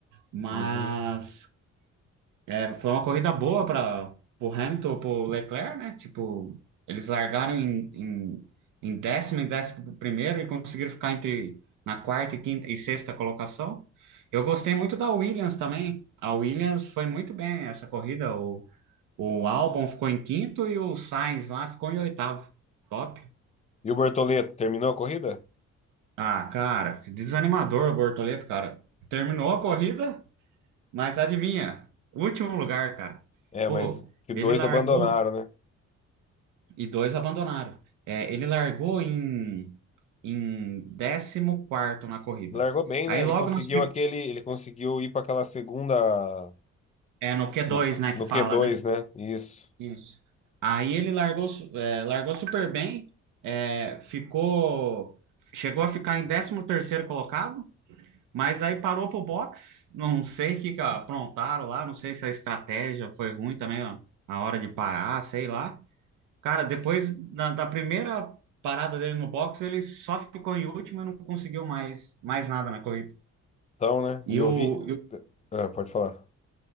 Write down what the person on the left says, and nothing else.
Uhum.
E o Bortoleto, terminou a corrida?
É,
mas que
dois
abandonaram, né?
Largou bem,
né? Ele
conseguiu
aquele, ele conseguiu ir para aquela segunda
no,
no
Q2,
né? Isso.
Então, né?
E eu
vi,
ah, pode falar.